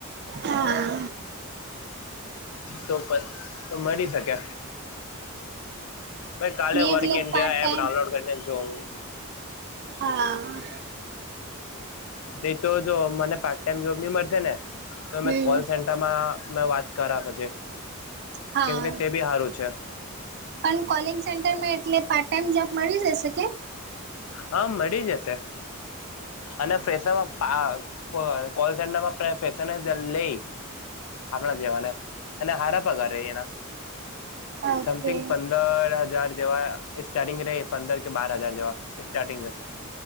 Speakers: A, on the right; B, on the left.
A: હા
B: તો મળી શકે. ભાઈ કાલે
A: ની
B: વર્ક
A: એટલે
B: India
A: part time
B: app download કરીને જોવુ.
A: હા!
B: એ તો જો મને પાર્ટ ટાઈમ જોબ ની મળશે ને, તો મે
A: હમ
B: કોલ સે. માં મેં વાત કર્યા પછી,
A: હા
B: કેમ કે તે બી સારું છે.
A: પણ કોલિંગ સેન્ટરમાં એટલે, પાર્ટ ટાઈમ જોબ મળી જશે કે?
B: હા મળી જશે. અને ફસમાં કોલ સેન્ટરમાં ફસરને લઈ. આપણા જેવાને. અને હાર પગા રહી એના.
A: ઓકે
B: સમથિંગ પંદર હજાર જેવા સ્ટાર્ટિંગ રહે. પંદર કે બાર હજાર જેવા. સ્ટાર્ટિંગ તો.